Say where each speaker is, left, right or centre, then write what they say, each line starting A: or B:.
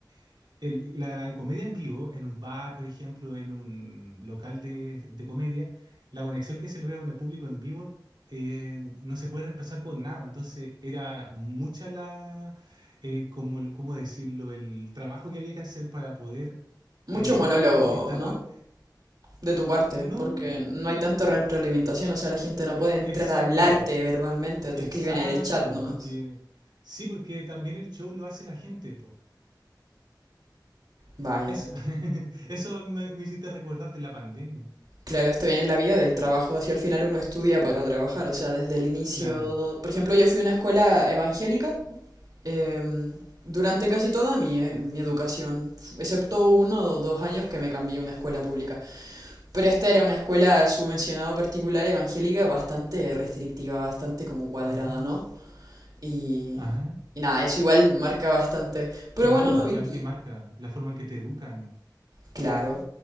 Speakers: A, on the right (about 85°); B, on the right (about 60°).
A: <laughs> el- la comedia en vivo, en un bar, por ejemplo, en un local de, de comedia, la conexión que se logra con el público en vivo eh, no se puede reemplazar con nada. Entonces era mucha la, eh, como, cómo decirlo? El trabajo que había que hacer para poder
B: Mucho
A: alegrar
B: monólogo,
A: a la gente que estaba
B: ¿no? De tu parte,
A: no,
B: porque
A: mm,
B: no hay tanta retroalimentación, o sea, la gente no puede entrar
A: exacto,
B: a hablarte verbalmente,
A: exacto,
B: te escriben en el chat nomás.
A: porque sí, porque también el show lo hace la gente, po.
B: Vaya.
A: Eso, <laughs> eso me, me hiciste recordar de la pandemia.
B: Claro, esto viene en la vida del trabajo, así al final uno estudia para trabajar, o sea, desde el inicio...
A: Claro,
B: Por ejemplo, yo fui a una escuela evangélica em, durante casi toda mi, eh, mi educación, excepto uno o dos años que me cambié a una escuela pública. Pero esta era una escuela subvencionada particular evangélica bastante restrictiva, bastante como cuadrada,
A: ajá,
B: ¿no? Y,
A: ajá,
B: y nada, eso igual marca bastante. Pero
A: claro,
B: bueno,
A: claro
B: y-
A: que marca la forma en que te educan.
B: Claro.